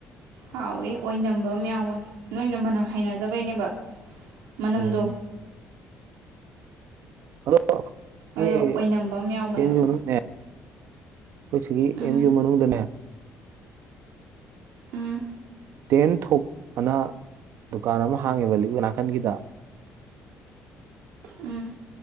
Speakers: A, on the right; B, on the right.
A: ꯍꯥꯎꯋꯦ ꯑꯣꯏꯅꯕ ꯑꯃ ꯌꯥꯎꯕ ꯅꯣꯏꯅ ꯃꯅ ꯍꯩꯅꯗꯕꯩꯅꯦꯕ ꯃꯅꯝꯗꯣ
B: ꯎꯝ ꯑꯗꯣ ꯑꯩꯈꯣꯏꯒꯤ
A: ꯑꯗꯣ ꯑꯣꯏꯅꯝꯕ ꯑꯃ ꯌꯥꯎꯕꯅꯦꯕ
B: ꯑꯦꯝ ꯌꯨ ꯃꯅꯨꯡꯅꯦ ꯑꯩꯈꯣꯏ ꯁꯤꯒꯤ
A: ꯎꯝ
B: ꯑꯦꯝ ꯌꯨ ꯃꯅꯨꯡꯗ <unintelligible>
A: ꯎꯝ
B: ꯇꯦꯟ ꯊꯣꯛ ꯑꯅ ꯗꯨꯀꯥꯟ ꯑꯃ ꯍꯥꯡꯉꯦꯕ ꯂꯤꯛ ꯅꯥꯀꯟꯒꯤꯗ
A: ꯎꯝ